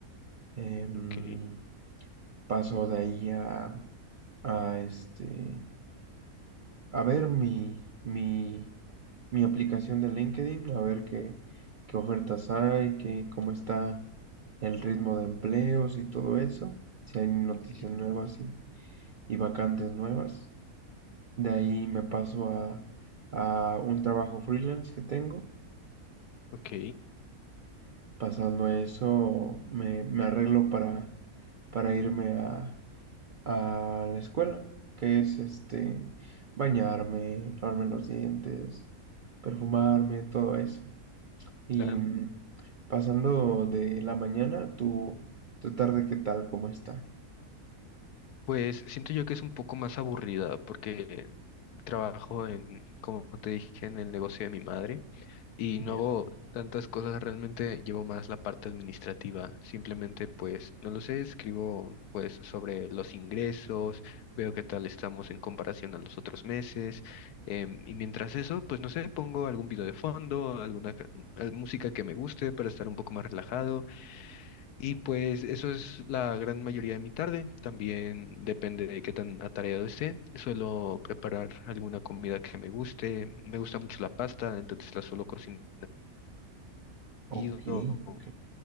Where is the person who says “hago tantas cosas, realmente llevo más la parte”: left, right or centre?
Left